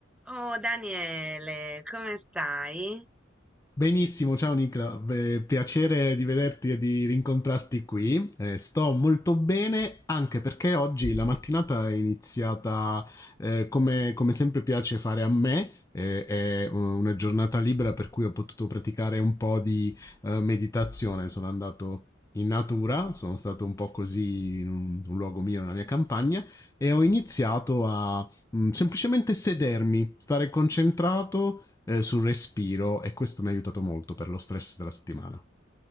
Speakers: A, in the centre; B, on the left.
A: Oh Daniele, come stai?
B: Benissimo, ciao Nicola, Beh, piacere di vederti e di rincontrarti qui. Eh, sto molto bene anche perché oggi la mattinata è iniziata eh, come, come sempre piace fare a me. eh, è una giornata libera per cui ho potuto praticare un po' di eh, meditazione. Sono andato in natura, sono stato un po' così in un, un luogo mio, nella mia campagna, e ho iniziato a mm, semplicemente sedermi, stare concentrato eh, sul respiro e questo mi ha aiutato molto per lo stress della settimana.